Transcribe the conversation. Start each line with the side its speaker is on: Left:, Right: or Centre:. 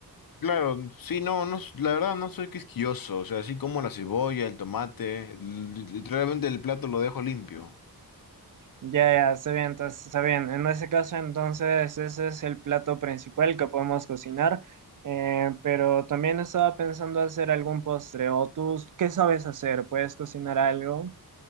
Left: Claro, sí, no, no, s- la verdad no soy quisquilloso, o sea, así como la cebolla, el tomate, li- literalmente el plato lo dejo limpio.
Right: Ya, ya, está bien, entonces, está bien. En ese caso, entonces, ese es el plato principal que podemos cocinar, eh, pero también estaba pensando hacer algún postre, o tú, ¿qué sabes hacer? ¿Puedes cocinar algo?